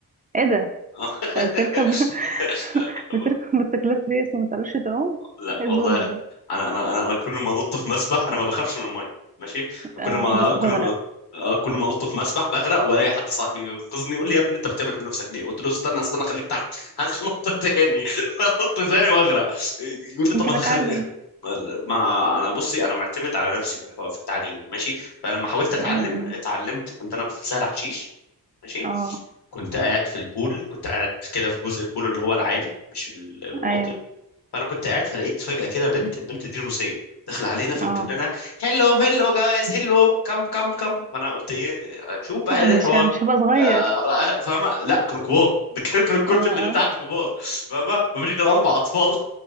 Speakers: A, on the right (about 25°); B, on the left (about 85°).
A: ايه ده
B: اه. <laughs>
A: يعني بتركب <laughs> بتركب موتوسيكلات ريس وما تعرفش تعوم
B: لا
A: ايه
B: والله
A: الظلم ده
B: انا انا انا انا كل ما انط في مسبح انا ما بخافش من الميه ماشي
A: اه
B: كل ما
A: بس
B: كل
A: بغرق
B: ما آه، كل ما انط في مسبح بغرق والاقي حد صاحبي ينقذني يقول لي يا ابني انت بتعمل في نفسك ليه؟ قلت له استنى استنى خليك تحت هنط تاني <laughs> هنط تاني واغرق يقول لي
A: يمكن
B: طب ما تخلي
A: اتعلم
B: ما انا بصي انا معتمد على نفسي في الحو... في التعليم ماشي فلما حاولت اتعلم
A: امم
B: اتعلمت كنت انا في سهل حشيش ماشي
A: اه
B: كنت قاعد في البول كنت قاعد كده في جزء البول اللي هو العالي مش ال- الواطي
A: ايوه
B: فانا كنت قاعد فلقيت فجأة كده بنت البنت دي روسية داخلة علينا فبتقول
A: اه
B: لنا هلو هلو جايز هلو كم كم كم فانا قلت ايه شوف بقى
A: آه،
B: ايه
A: مش
B: الحوار
A: ه- مش هبقى صغير
B: آه، رأ- فاهمة لا كانوا كبار <laughs> ده كانوا كانوا كل
A: اه
B: اللي تحت
A: اه
B: كبار فاهمة مفيش غير أربع أطفال